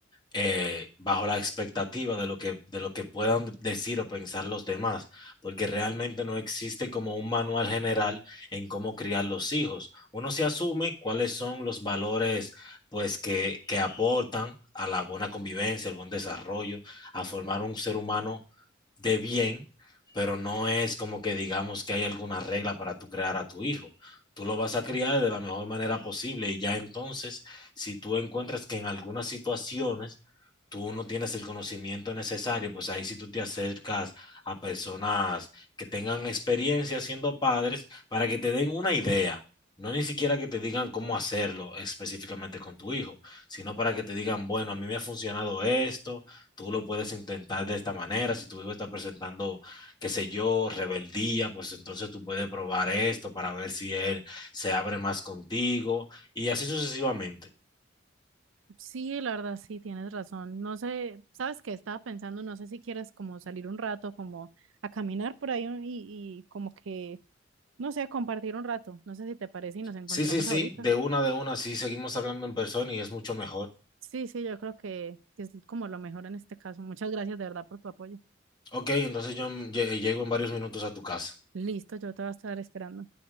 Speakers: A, on the left (about 25°); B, on the right (about 80°).
A: eh, bajo la expectativa de lo que, de lo que puedan decir o pensar los demás, porque realmente no existe como un manual general en cómo criar los hijos. Uno se asume cuáles son los valores pues que, que aportan a la buena convivencia, al buen desarrollo, a formar un ser humano de bien, pero no es como que digamos que hay alguna regla para tú crear a tu hijo. Tú lo vas a criar de la mejor manera posible y ya entonces, si tú encuentras que en algunas situaciones tú no tienes el conocimiento necesario, pues ahí sí tú te acercas a personas que tengan experiencia siendo padres para que te den una idea. No ni siquiera que te digan cómo hacerlo específicamente con tu hijo, sino para que te digan, bueno, a mí me ha funcionado esto, tú lo puedes intentar de esta manera, si tu hijo está presentando, qué sé yo, rebeldía, pues entonces tú puedes probar esto para ver si él se abre más contigo y así sucesivamente.
B: Sí, la verdad, sí, tienes razón, no sé, ¿sabes qué? Estaba pensando, no sé si quieres como salir un rato, como a caminar por ahí un- y, y como que No sé, compartir un rato. No sé si te parece y nos encontramos
A: Sí, sí, sí,
B: ahorita.
A: de una, de una, sí, seguimos hablando en persona y es mucho mejor.
B: Sí, sí, yo creo que que es como lo mejor en este caso. Muchas gracias de verdad por tu apoyo.
A: Ok, entonces yo mm, lle- eh, llego en varios minutos a tu casa.
B: Listo, yo te voy a estar esperando.